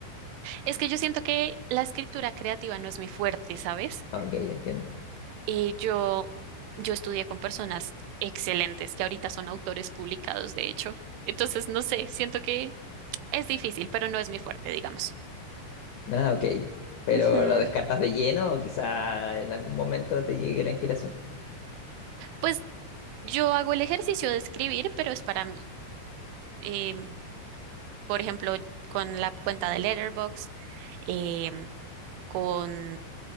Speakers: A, on the right (about 85°); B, on the left (about 70°).
A: es que yo siento que la escritura creativa no es mi fuerte, ¿sabes?
B: Ah, ok, entiendo.
A: Y yo, yo estudié con personas excelentes que ahorita son autores publicados, de hecho. Entonces, no sé, siento que es difícil, pero no es mi fuerte, digamos.
B: Ah, ok. ¿Pero
A: Ujú.
B: lo descartas de lleno o quizá en algún momento te llegue la inspiración?
A: Pues yo hago el ejercicio de escribir, pero es para mí. Em, por ejemplo, con la cuenta de Letterboxd, em, con,